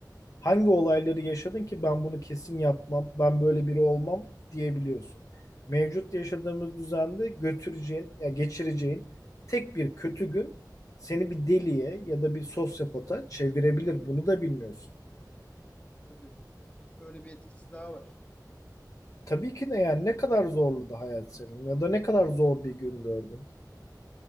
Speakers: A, on the left (about 50°); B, on the left (about 20°).
A: Hangi olayları yaşadın ki ben bunu kesin yapmam, ben böyle biri olmam diyebiliyorsun. Mevcut yaşadığımız düzende götüreceğin, ya geçireceğin tek bir kötü gün seni bir deliye ya da bir sosyopata çevirebilir. Bunu da bilmiyorsun.
B: tabii. Öyle bir etkisi daha var.
A: Tabii ki de yani ne kadar zorladı hayat senin ya da ne kadar zor bir gün gördün.